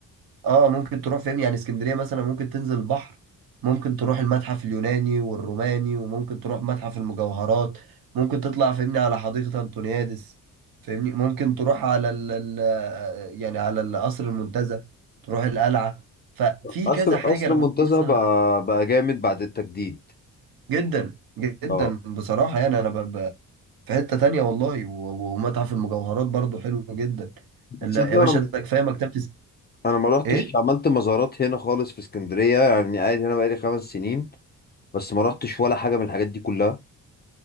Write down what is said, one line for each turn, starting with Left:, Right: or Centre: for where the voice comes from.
Right: اه ممكن تروح فين يعني اسكندرية مثلا ممكن تنزل البحر ممكن تروح المتحف اليوناني والروماني وممكن تروح متحف المجوهرات ممكن تطلع فاهمني على حديقة انطونيادس فاهمني ممكن تروح على ال ال يعني على القصر المنتزه تروح القلعة ففي
Left: قصر
Right: كذا
Left: قصر
Right: حاجة لو
Left: المنتزه
Right: انت مثلا
Left: بقى بقى جامد بعد التجديد
Right: جدا جدا
Left: أه
Right: بصراحة يعني انا ب- ب- في حتة تانية والله و- ومتحف المجوهرات برضو حلو جدا لا
Left: تصدق
Right: يا باشا
Left: أنا
Right: ده كفايه مكتبة الس-
Left: أنا ما رحتش
Right: ايه
Left: عملت مزارات هنا خالص في اسكندرية يعني قاعد هنا بقالي خمس سنين بس ما رحتش ولا حاجة من الحاجات دي كلها